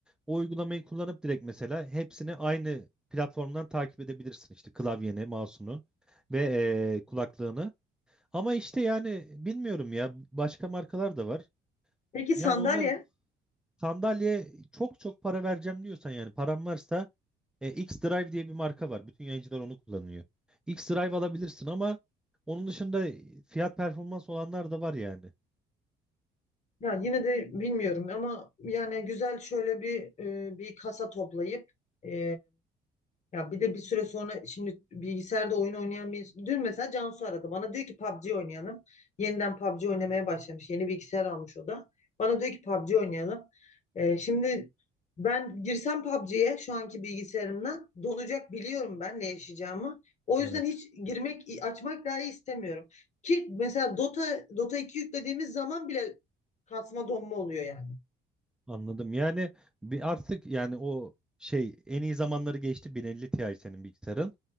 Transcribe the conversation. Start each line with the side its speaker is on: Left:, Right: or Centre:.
Centre: O uygulamayı kullanıp direkt mesela hepsini aynı platformdan takip edebilirsin. İşte klavyeni, mouse'unu ve eee, kulaklığını. Ama işte yani bilmiyorum ya başka markalar da var.
Left: Peki
Centre: Ya
Left: sandalye?
Centre: onlar Sandalye çok çok para vereceğim diyorsan yani param varsa e, X-Drive diye bir marka var. Bütün yayıncılar onu kullanıyor. X-Drive alabilirsin ama onun dışında fiyat performans olanlar da var yani.
Left: Ya yine de bilmiyorum ama yani güzel şöyle bir e, bir kasa toplayıp e, Ya bir de bir süre sonra şimdi bilgisayarda oyun oynayan bir dün mesela Cansu aradı. Bana diyor ki PUBG oynayalım. Yeniden PUBG oynamaya başlamış. Yeni bilgisayar almış o da. Bana diyor ki PUBG oynayalım. Ee, şimdi ben girsem PUBG'ye şu anki bilgisayarımdan donacak biliyorum ben ne yaşayacağımı. O yüzden
Centre: Evet
Left: hiç girmek, açmak dahi istemiyorum. Ki mesela Dota Dota 2 yüklediğimiz zaman bile kasma donma oluyor yani.
Centre: anladım. Yani bir artık yani o şey en iyi zamanları geçti 1050 Ti senin bilgisayarın.